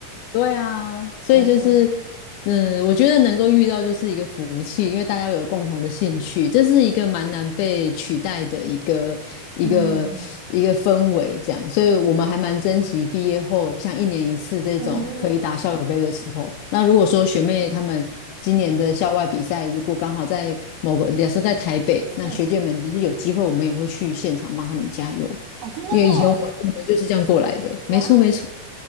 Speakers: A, on the left; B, on the right.
A: 对啊，所以就是，
B: <laughs>，没错，
A: 嗯，我觉得能够遇到就是一个福气，因为大家有共同的兴趣，这是一个蛮难被取代的一个一个一个氛围，
B: 嗯
A: 这样，所以我们还蛮珍惜毕业后像一年一次这种可以打校友杯的时候。
B: 嗯
A: 那如果说学妹她们今年的校外比赛，
B: 嗯，嗯
A: 如果刚好在某个，假设在台北，那学姐们其实有机会，
B: 嗯
A: 我们也会去现场帮她们加油，
B: 哦，真的哦，
A: 因为以前我们我们就是这样过来的，
B: 哇，
A: 没错没错，